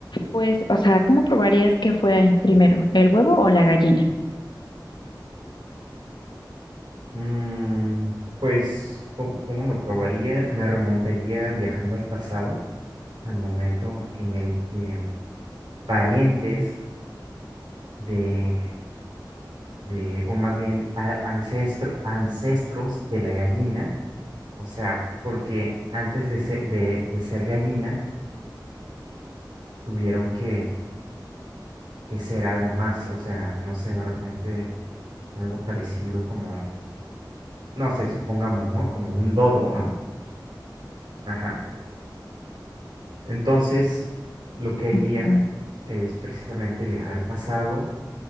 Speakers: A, on the left; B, on the right.
A: pues, o sea, cómo probarías que fue primero, el huevo o la gallina?
B: Mm, pues, ¿cómo, cómo lo probaría? Me remontaría viajando al pasado, al momento en el que parientes de, de, o más bien a- ancestro, ancestros de la gallina, o sea, porque antes de ser, de, de ser gallina, tuvieron que, que ser algo más, o sea, no sé, de repente algo parecido como, no sé, supongamos, ¿no? Como un dodo, ¿no? Ajá. Entonces, lo que haría
A: Ujú,
B: es precisamente viajar al pasado